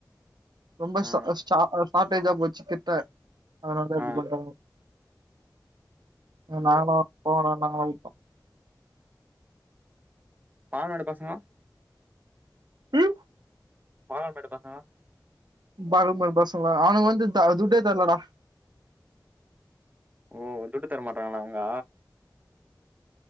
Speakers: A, on the right (about 75°); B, on the right (about 25°).
A: ரொம்ப
B: ஆ
A: ஷ ஷா ஷார்ட்டேஜா போச்சு கிட்ட அதுனால தா இப்டி
B: ஆ
A: பண்றாங்கொ நாங்ளொ போங்டான் நாங்க <unintelligible>
B: பாலாடு பசங்க
A: ம்
B: <unintelligible> பாசங்க
A: பாக மோடு பசங்கள அவனுக்கு வந்து துட்டே தரலடா
B: ஓ துட்டு தர மாட்றாங்களா அவங்க